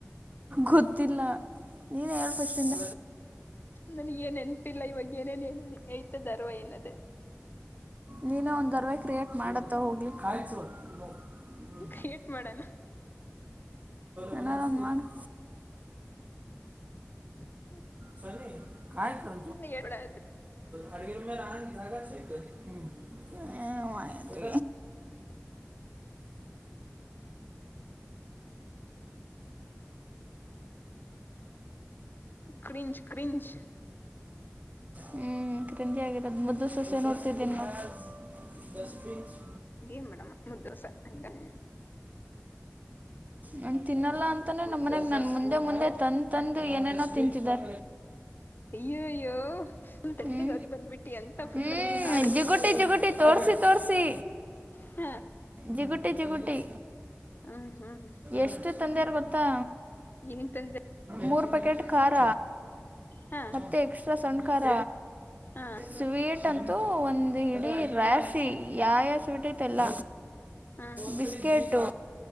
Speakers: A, on the right (about 30°); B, on the left (about 45°).
A: ಗೊತ್ತಿಲ್ಲ. ನೀನ ಹೇಳು ಫಸ್ಟ್ ಇಂದ.
B: ನನಗ ಏನ್ ನೆನ್ಪಿಲ್ಲ ಇವಾಗ ಏನೇನ್ ಏನೇನ್ ಐತ ದಾರವ ಏನದೆ
A: ನೀನೇ ಒಂದರ್ವೆ ಕ್ರಿಯೇಟ್ ಮಾಡತ್ತ ಹೋಗ್ಲಿ. ನೋ ಹ್ಮ್
B: ಹೀಟ್ ಮಾಡೋಣ.
A: ಏನಾರಾ ಒಂದು ಮಾಡ.....
B: ಹ <unintelligible>
A: ಚ ಕಾಯ ರ
B: ಹೇಳ್ಬೇಡ
A: ಅಗ ರಾಣ ಜಾಗ ಚತ <unintelligible> ಹ್ಮ್ ಹ್ಮ್ ಹ್ಮ್ ಹ ಮಾಡಯು....
B: ಕ್ರಿಂಜ ಕ್ರಿಂಜ್
A: ಹ್ಮ್ ಕ್ರೇಜಿ ಆಗಿರೋದು ಮುದ್ದು ಸೊಸೆ ನೋಡ್ತಿದ್ದೀನ್ ನೋಡು. ಡಸ್ಟ್ ಬೀನ್ಸ್.....
B: ಏನ್ ಮೇಡಮ್ ಮುದ್ದೋಸೆ ಅಂತ
A: ನನ್ ತಿನ್ನಲ್ಲ ಅಂತಾನೆ
B: ಮುದ್ದೋಸೆ
A: ನಮ್ಮ ಮನೆಗ್ ನನ್ ಮುಂದೆ ಮುಂದೆ ತಂದ್ ತಂದ್ ಏನೇನೋ ತಿಂತಿದಾರ.
B: ಅಯ್ಯೋಯ್ಯೋ ಫುಲ್ ತಣ್ಣಗಾಗಿ
A: ಹ್ಮ
B: ಬಂದ್ಬಿಟ್ಟಿ ಅಂತ ಫುಲ್
A: ಹ್ಮ್
B: ಆರೈಕೆ
A: ಜಿಗುಟಿ ಜಿಗುಟಿ. ತೋರಿಸಿ ತೋರಿಸಿ
B: ಹ
A: ಜಿಗುಟಿ ಜಿಗುಟಿ.....
B: ಹ್ಮ್ ಹ್ಮ್
A: ಎಷ್ಟು ತಂದೆಯರು ಗೊತ್ತಾ.
B: ಏನ್ ತಂದೆ
A: ಮೂರು ಪ್ಯಾಕೆಟ್ ಖಾರ
B: ಹಾ
A: ಮೆ ಎಕ್ಸ್ಟ್ರಾ ಸಣ್ಣ್ ಖಾರ.
B: ಹಾ
A: ಸ್ವೀಟ್... ಟ್ಟಂತೂ ಒಂದ್ ಇಡೀ ರಾಶಿ ಯಾ ಯಸ್ಟ್ಟತ್ ಎಲ್ಲ.
B: ಹಾ
A: ಬಿಸಕೆಟೋ